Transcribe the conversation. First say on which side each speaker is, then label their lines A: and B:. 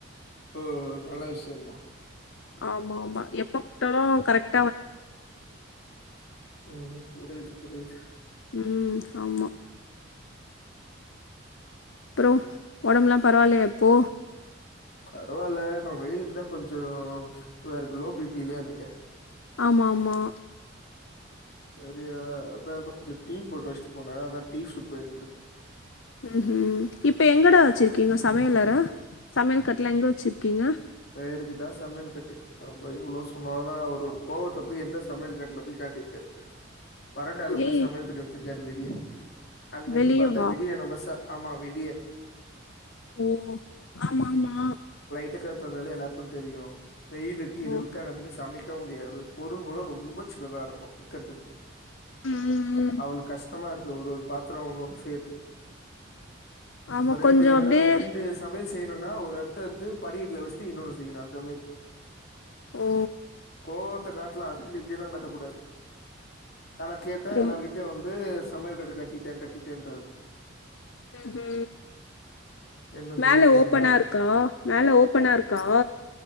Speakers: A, on the left; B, on the left.
A: ஓ நல்ல விஷியந்தா
B: ஆமா ஆமா எப்ப கூப்ட்டாலு கரெக்ட்
A: ம் ம் புரியிது புரியிது
B: உம் ஆமா அப்புறோ ஒடம்புலா பரவால்லய இப்போ
A: பரவால்ல நா வெயிலுக்கு தா கொஞ்சோ வேற லோப்பில இருக்க
B: ஆமாம்மா
A: சரியா அதா கொஞ்சு டீ போட்டு வஸ்ட்டு போன அதா டீ ஷூட் பண்ட்ரிக்கே
B: ம் ம் இப்ப எங்கடா வச்சிருக்கீங்க சமையலற சமைல் கட்டுலா எங்க வச்சிருக்கீங்க
A: பேருக்கு தா சமைல் கட்டு நம்ம எவ்ளோ சொன்னாலு அவரோட கோவத்த போய் எந்த சமைல் கட்ல போய் காட்டிருக்காரு வறண்டால
B: ஏய்
A: போய் சமையல் கட்டு வச்சுரு இருக்காரு வெளியே அங்கந்து
B: வெளிய
A: பாத்தா
B: வா
A: வெடிய நம்ம சா ஆமா வெடிய
B: நீங்க ஆமாங்மா
A: இப்ப எப் சொன்னாலே எல்லார்க்கு தெரியு வெயிலுக்கு
B: ஓ
A: இதுக்குள நின்னு சமைக் க முடியாது பொருள்களு ரொம்ப சின்னதா இருக்கு வெக்கறதுக்
B: ம்
A: அவனு கஷ் டமா இருக்கு ஒரு ஒரு பாத்ரோ ஒன்னொன்னு செய்றத்துக்கு
B: ஆமா
A: இப்ப ரெண்டு
B: கொஞ்சோ
A: எடோ
B: அப்டியே
A: ரெண்டு சமையல் செய்னுனா ஒரு எத்த இருந்து படிக்கட்ல வெ ச்ட்டு இன்னொனு செய்னு அந்த மாரி
B: ஓ
A: கோவத்த காட்லா அதுக் னு இப்டியெல்லா காட்டக்கூடாது ஆனா கேட்டா
B: ம்
A: எல்லாருகிட்டயு வந்து சமையல் கட்டு கட்டிட்டே கட்டிட்டேன்றர்
B: ம் ஹு
A: என்ன சொல்ல
B: மேல
A: முடியும்
B: ஓபனா
A: நம்ம அதுக்கு
B: இருக்கா மேல ஓப்பனா இருக் கா